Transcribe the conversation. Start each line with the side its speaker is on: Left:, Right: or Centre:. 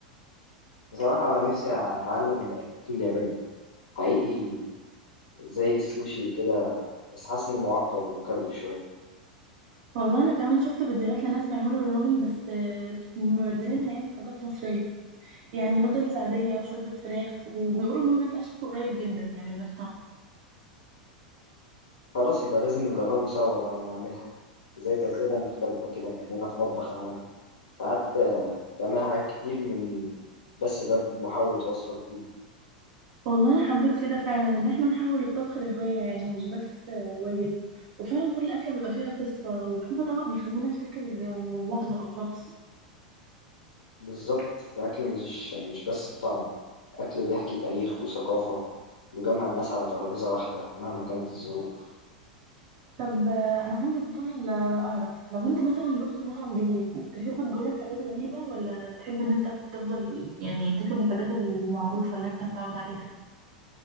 Left: بصراحة نفسي اتعلم الاكل الياباني حقيقي زي السوشي وكده بس حاسس انه معقد ومكلف شوية
Right: والله انا كمان شفت فيديوهات لناس بيعملوا الرامن بس آه، مبدلينها يعني بحاجات مصرية يعني نودلز عادية وشوربة فراخ وبيقولوا ان هو بيطلع شكله قريب جدا يعني من الطعم
Left: خلاص يبقى لازم نجربه سوا بقى ونعملها زي تجربة مختلفة كده كأننا في مطبخ عالمي ساعات آه، تعمل حاجات كتير من بس باب محاولة وصفة جديدة
Right: والله انا حبيت كده فعلا ان احنا نحول الطبخ لهواية يعني مش بس آه، واجب وفعلا كل اكلة بيبقى فيها قصة وكل طبق بيخليني افتكر آه، لحظة او شخص
Left: بالظبط الأكل مش مش بس بطعمه أكل بيحكي تاريخ وثقافة بيجمع الناس على ترابيزة واحدة مهما كانت الظروف
Right: طب آه، انا عندي فضول آه، اعرف لو انت مثلا رحت مطعم جديد تحب تجرب حاجات غريبة ولا تحب ان انت تفضل يعني تطلب الحاجات المعروفة اللي انت متعود عليها